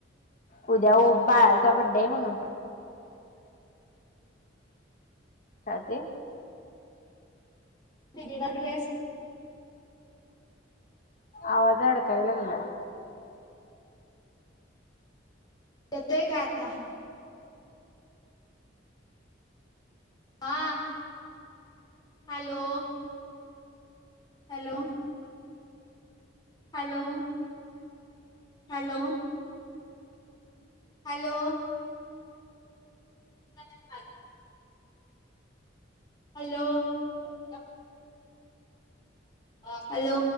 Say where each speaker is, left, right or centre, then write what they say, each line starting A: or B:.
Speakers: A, on the left (about 45°); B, on the left (about 20°).
A: उद्या ओम बाळाचा बड्डे आहे म्हणत होती. काय ते
B: दिदीला ड्रेस
A: आवाज अडकाय लांगलाय.
B: येतोय काय आता? हा hello! Hello! Hello! Hello! Hello! पाच हॅलो!.... <inaudible> हॅलो!